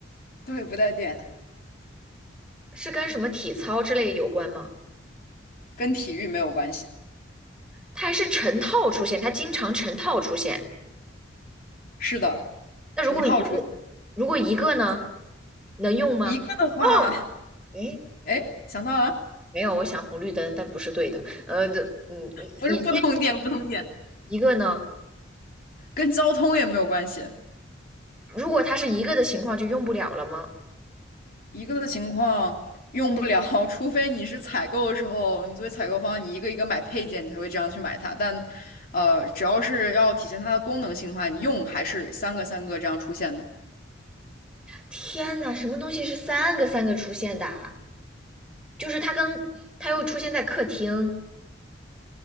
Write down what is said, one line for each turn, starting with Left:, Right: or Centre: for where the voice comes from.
Left: 对，不带电，
Centre: 是跟什么体操之类有关吗？
Left: 跟体育没有关系。
Centre: 它还是成套出现，它经常成套出现。
Left: 是的，
Centre: 那如果一个，
Left: 成套出。
Centre: 如果一个呢，能用吗？
Left: 一个的话，
Centre: 哦，诶，
Left: 哎，想到了，
Centre: 没有，我想红绿灯，但不是对的。呃，的，嗯，
Left: 不是不同点，
Centre: 一
Left: 不同点，
Centre: 一个呢，
Left: 跟交通也没有关系。
Centre: 如果它是一个的情况，就用不了了吗？
Left: 一个的情况用不了，<laughs> 除非你是采购的时候，你作为采购方，你一个一个买配件，你才会这样去买它。但，呃，只要是要体现它的功能性的话，你用还是三个三个这样出现的。
Centre: 天呐，什么东西是三个三个出现的啊就是它跟它又出现在客厅，